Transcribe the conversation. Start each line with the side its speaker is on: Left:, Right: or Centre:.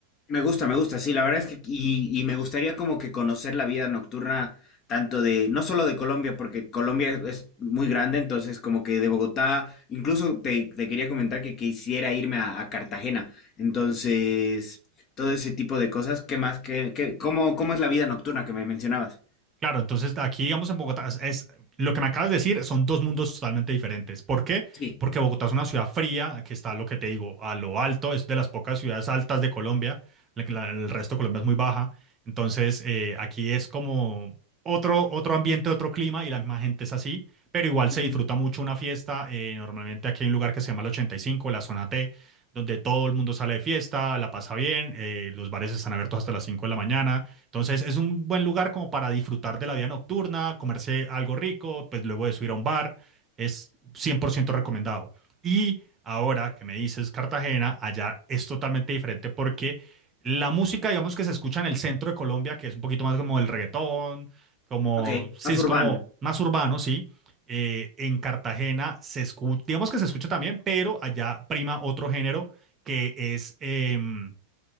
Left: Me gusta, me gusta, sí, la verdad es que y, y me gustaría como que conocer la vida nocturna tanto de, no solo de Colombia, porque Colombia es muy grande, entonces como que de Bogotá, incluso te, te quería comentar que quisiera irme a, a Cartagena, entonces todo ese tipo de cosas, ¿qué más? ¿Qué, qué, cómo, cómo es la vida nocturna que me mencionabas?
Right: Claro, entonces aquí, digamos, en Bogotá, es, es- lo que me acabas de decir, son dos mundos totalmente diferentes. ¿Por qué?
Left: Sí.
Right: Porque Bogotá es una ciudad fría, que está lo que te digo, a lo alto, es de las pocas ciudades altas de Colombia, la que la- el resto de Colombia es muy baja. Entonces, eh, aquí es como otro, otro ambiente, otro clima, y la misma gente es así, pero igual
Left: Ujú,
Right: se disfruta mucho una fiesta. eh, normalmente aquí hay un lugar que se llama el 85, la zona T, donde todo el mundo sale de fiesta, la pasa bien, eh, los bares están abiertos hasta las 5 de la mañana entonces es un buen lugar como para disfrutar de la vida nocturna, comerse algo rico, pues luego de subir a un bar, es 100% recomendado. Y ahora que me dices Cartagena, allá es totalmente diferente porque la música, digamos que se escucha en el centro de Colombia, que es un poquito más como el reggaetón, como,
Left: Ok,
Right: sí,
Left: más
Right: es
Left: urbano,
Right: como más urbano, sí. Eh, en Cartagena se escucha, digamos que se escucha también, pero allá prima otro género que es, em,